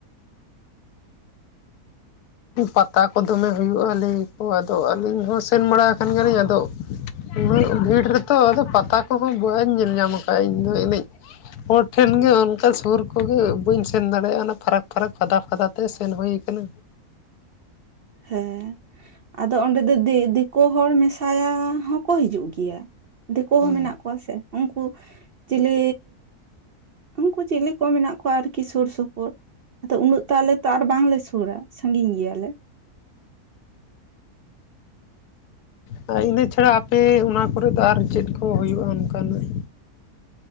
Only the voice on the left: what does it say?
ᱯᱟᱛᱟ ᱠᱚ ᱫᱚᱢᱮ ᱦᱩᱭᱩᱜᱼᱟ᱾ ᱞᱟᱹᱭ ᱟᱠᱚ ᱟᱫᱚ ᱟᱹᱞᱤᱧ ᱦᱚᱸ ᱥᱮᱱ ᱵᱟᱲᱟ ᱠᱟᱱ ᱜᱮᱭᱟᱞᱤᱧ ᱟᱫᱚ ᱩᱱᱟᱹᱜ ᱵᱷᱤᱲ ᱨᱮᱛᱚ ᱟᱫᱚ ᱯᱟᱛᱟ ᱠᱚᱦᱚᱸ ᱵᱟᱹᱧ ᱧᱮᱞ ᱧᱟᱢ ᱠᱟᱜᱼᱟ ᱤᱧᱫᱚ ᱮᱱᱮᱡ ᱦᱚᱲ ᱴᱷᱮᱱ ᱜᱮ ᱚᱱᱠᱟ ᱥᱩᱨ ᱠᱚᱜᱮ ᱵᱟᱹᱧ ᱥᱮᱱ ᱫᱟᱲᱮᱭᱟᱜᱼᱟ ᱚᱱᱟ ᱯᱷᱟᱨᱟᱠ ᱯᱷᱟᱨᱟᱠ ᱯᱷᱟᱫᱟ ᱯᱷᱟᱫᱟ ᱛᱮ ᱥᱮᱱ ᱦᱩᱭ ᱟᱠᱟᱱᱟ
ᱦᱩᱸ
ᱦᱳᱭ ᱤᱱᱟᱹ ᱪᱷᱟᱲᱟ ᱟᱯᱮ ᱚᱱᱟ ᱠᱚᱨ ᱫᱚ ᱟᱨ ᱪᱮᱫ ᱠᱚ ᱦᱩᱭᱩᱜᱼᱟ ᱚᱱᱠᱟᱱᱟᱜ